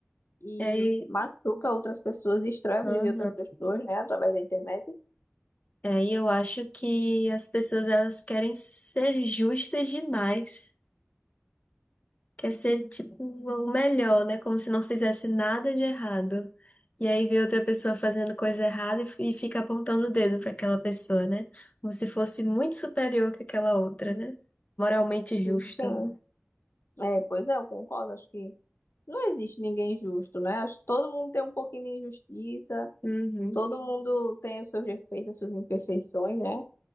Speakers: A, on the left; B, on the left.
A: e
B: E aí.
A: machuca outras pessoas, destrói a vida
B: Aham.
A: de outras pessoas, né? Através da internet.
B: É, e eu acho que as pessoas elas querem ser justas demais. Quer ser tipo o melhor, né? Como se não fizesse nada de errado. E aí vê outra pessoa fazendo coisa errada e, f- e fica apontando o dedo para aquela pessoa, né? Como se fosse muito superior que aquela outra, né? Moralmente justo.
A: E, Sim, é, pois é, eu concordo, acho que. Não existe ninguém justo, né? Acho que todo mundo tem um pouquinho de injustiça,
B: Uhum.
A: todo mundo tem os seus defeitos, as suas imperfeições, né?